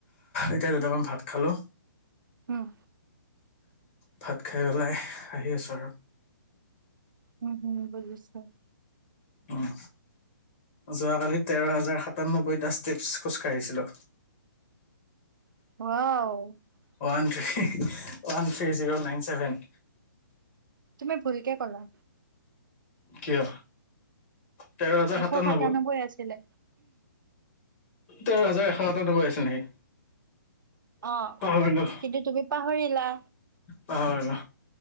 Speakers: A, on the left; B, on the right.
A: এতিয়া দুটামান ভাত খালো
B: হোম
A: ভাত খাই পেলাই আহি আছো আৰু
B: উম হুম বুজিছা
A: উম যোৱাকালি তেৰ হাজাৰ সাতান্নবৈটা ষ্টেপছ খোজ কাঢ়িছিলো
B: <unintelligible>
A: one three - one three zero nine seven.
B: তুমি ভুলকে ক'লা।
A: কিয়? তেৰ হাজাৰ
B: এশ
A: সাতান্নব্বৈ
B: সাতানব্বৈ আছিলে।
A: তেৰ হাজাৰ এশ সাতানব্বৈ আছিল নেকি?
B: অ,
A: পাহৰিলো
B: কিন্তু তুমি পাহৰিলা।
A: পাহৰিলো